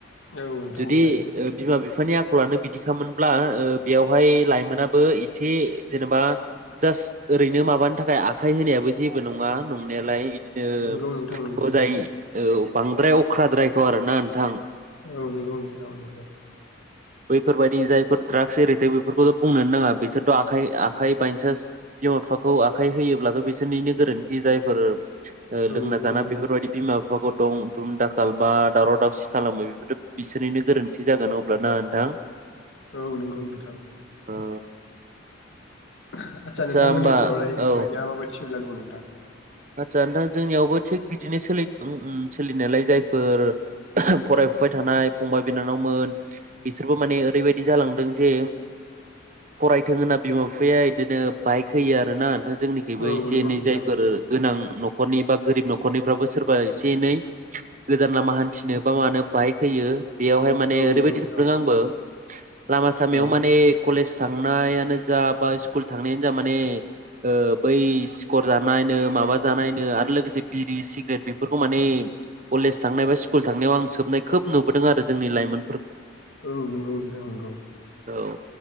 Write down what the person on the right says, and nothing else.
जुदि
ओ बिमा बिफानि आखलानो बिदिखामोनब्ला ओ बेवहाय लाइमोनाबो एसे जेनेबा जास्ट ओरैनो माबानि थाखाय आखाइ होनायाबो जेबो नङा नंनायालाय। बिदिनो
बजाय औ बांद्राय अख्राद्रायखौ आरो ना नोंथां
बैफोरबायाददि जायफोर द्राग्स एरिथे बेफोरखौथ' बुंनोनो नाङा बिसोरथ' आखाइ आखाइ बायसान्स बिमा बिफाखौ आखाइ होयोब्लाथ' बिसोरनिनो गोरोन्थि जायफोर
लोंना
जाना
बेफोरबायदि बिमा बिफाखौ दं धुम दाखाल बा दावराव दावसि खालामो बेफोरथ' बिसोरनिनो गोरोन्थि जागोन अब्लाना नोंथां?
औ
आदसा
होमबा
औ
आदसा नोंथां जोंनियावबो थिग बिदिनो उम सोलिदों सोलिनायालाय, जायफोर फरायफुबाय थानाय फंबाय बिनानावमोन बिसोरबो माने ओरैबायदि जालांदों जे फरायथों होनना बिमा बिफाया बिदिनो बाइक होयो आरोना नोथां। जोंनिखबो
एसे
एनै
जायफोर गोनां न'खरनि बा गोरिब न'खरनिफ्राबो सोरबा एसे एनै गोजान लामा हान्थिनो बा मानो बाइक होयो। बेयावहाय माने
ओरैबायाददि
नुदों
आंबो। लामा सामायाव
माने कलेज थांनायानो जा बा स्कुल थांनायानो जा माने बै सि्कर जानायानो माबा जानायनो आरो लोगोसे बिरि सिग्रेट बेफोरखौ मान कलेज थांनाय बा स्कुल थांनायाव आं सोबनाय खोब नुबोदों आरो जोंनि लाइमोन
औ